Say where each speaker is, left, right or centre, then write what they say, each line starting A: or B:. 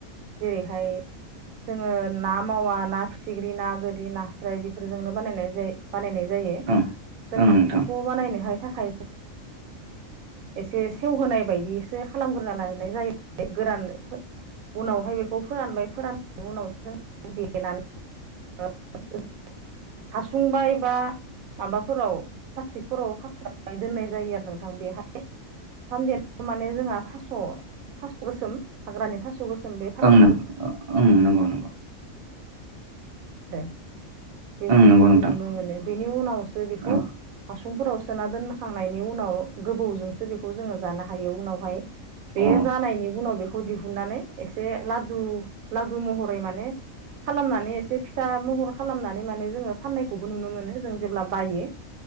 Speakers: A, on the right; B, on the right.
A: जेरैहाय जोङो ना ना मावा ना फिथिख्रि ना गोरि नास्राय बेफोरजोंनो बानायनाय जाय बानायनाय जायो
B: ओं
A: जों
B: ओं
A: नाखौ
B: नोंथां
A: बानायनोहाय थाखाय एसे सेवहोनाय बायदिसो खालामग्रोना लानाय जायो गोरान उनावहाय बेखौ फोरानबाय फोराननायनि उनावसो जों देनानै <unintelligible> माबाफोराव प्लास्टिकफोराव खाफथानानै दोननाय जायो आरो नोंथां। <unintelligible> देनाय माने जोंहा थास' थास' गोसोम हाग्रानि थास'
B: नंगौ ओं नोंथां ओं नों ओं नंगौ नंगौ
A: <unintelligible> <unintelligible> बेबायदिखौ
B: ओं नंगौ नोंथां
A: नुनो मोनो बेनि उनावसो बेखौ
B: ओं
A: हासुं फुंफोराव सोना दोनखांनायनि उनाव गोबौजोंसो बेखौ जोङो जानो हायो उनावहाय। बे
B: अ
A: जानायनि उनाव बेखौ दिहु बुनानै एसे लादु लादु महरै माने खालामनानै एसे फिथा महर खालामनानै। जोंङो फनायखौबो नुनो मोनो जों जेब्ला बायो